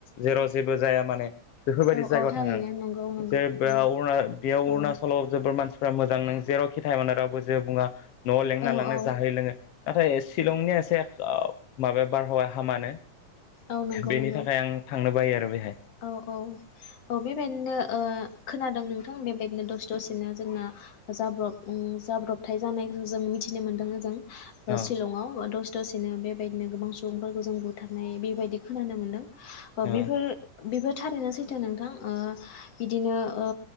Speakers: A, on the left; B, on the left.
A: जेराव जेबो जाया माने बेफोरबायदि
B: औ
A: जायगायाव
B: औ थारैनो
A: थाङो
B: नंगौ नंगौ
A: जेरै बेयाव
B: औ
A: अरुणा अरुणाचलाव
B: औ
A: जोबोर मानसि फ्रा मोजां नों जेरावखि थाया मानो रावबो जेबो बुङा न'आव लेंना
B: औ
A: लांनो
B: औ
A: जाहै लोङो नाथाय शिलंनिया एसे ओ माबाया बारहावाया हामानो
B: औ नंगौ
A: बेनि
B: नंगौ
A: थाखाय आं थांनो बायो आरो बेहाय।
B: औ औ औ बेबायदिनो ओ खोनादों नों थां बेबायदिनो दसे दसेनो जोंना जाब्रब ओम जाब्रबथाय जानायखौ जों मिथिनो मोनदों ओजों
A: औ
B: शिलंआव ओ दसे दसेनो बेबायदिनो गोबां सुबुंफोरखौ जों बुथारनाय बेबायदि खोनानो मोनदों ओ
A: औ
B: बेफोर बेफोर थारैनो सैथो नोंथां ओ बिदिनो ओ